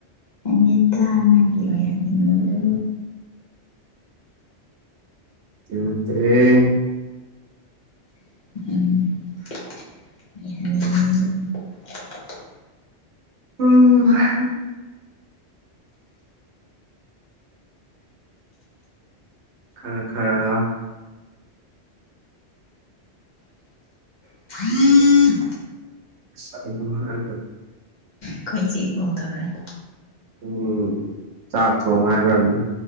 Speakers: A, on the left; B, on the right.
A: <unintelligible> ꯅꯪꯒꯤ ꯑꯣꯏꯍꯟꯅꯤꯡꯗꯕꯗꯨ
B: <unintelligible>
A: <unintelligible>
B: ꯎꯝ ꯍ ꯈꯔ ꯈꯔ
A: <unintelligible>
B: <unintelligible>
A: ꯑꯩꯈꯣꯏꯆꯦ ꯀꯣꯜ ꯊꯧꯔꯛꯑꯦ
B: ꯎꯝ ꯆꯥꯛ ꯊꯣꯡꯉꯣ ꯍꯥꯏꯕ ꯑꯣꯏꯔꯝꯅꯤ